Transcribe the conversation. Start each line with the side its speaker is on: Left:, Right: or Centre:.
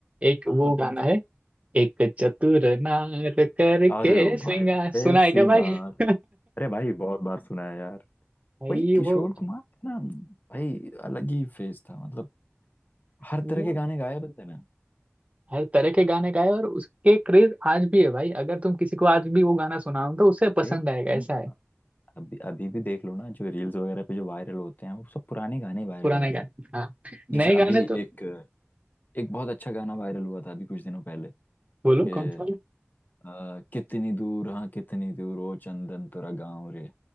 Right: एक
Left: हाँ
Right: वो
Left: हाँ कौन
Right: गाना
Left: सा
Right: है एक चतुर नार करके
Left: अरे
Right: सिंगा
Left: भाई
Right: सुना
Left: ए
Right: है
Left: सिंगार
Right: क्या भाई <laughs>
Left: अरे भाई बहुत बार सुना है यार
Right: भाई
Left: भाई किशोर
Right: वो
Left: कुमार का ना भाई अलग ही फेज था मतलब हर
Right: वो
Left: तरह के गाने गाए बंदे ने
Right: हर तरह के गाने गाए और उसके क्रेज आज भी है भाई अगर तुम किसी को आज भी वो गाना सुनाओ तो उसे पसंद
Left: अरे
Right: आएगा
Left: तुम
Right: ऐसा है
Left: अभी अभी भी देख लो ना जो रील्स वगैरह पे जो वायरल होते हैं वो सब पुराने गाने वायरल
Right: पुराने
Left: होते
Right: गाने
Left: हैं
Right: हाँ नए
Left: जैसे
Right: गाने
Left: अभी
Right: तो
Left: एक एक बहुत अच्छा गाना वायरल हुआ था अभी कुछ दिनों पहले
Right: बोलो
Left: कि
Right: कौन सा
Left: अ, कितनी दूर हाँ कितनी दूर ओ चंदन तेरा गाँव रे